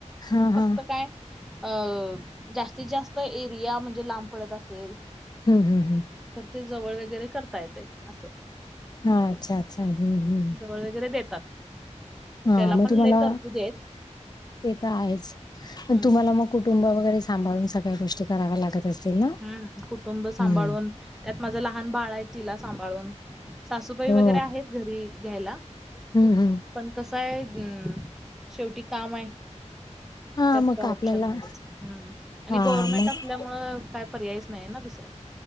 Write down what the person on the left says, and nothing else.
हा
हा
हम् हम् हम्.
हा, अच्छा अच्छा हम् हम्
हा,
मग
तुम्हाला
ते तर आहेच, पन
तुम्हाला मग कुटुंब वगैरे सांभाळून, सगळ्या गोष्टी करा्व्या लागत असतील? ना?
हम्म
हो
हम्म हम्म
हा
मग
आपल्याला
हा
मग